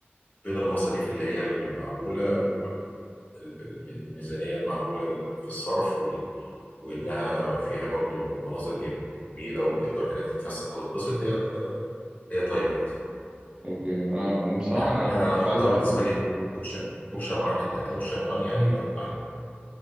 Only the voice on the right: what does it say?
اوكي انا بصراحة
انا
كنت
عايز اروح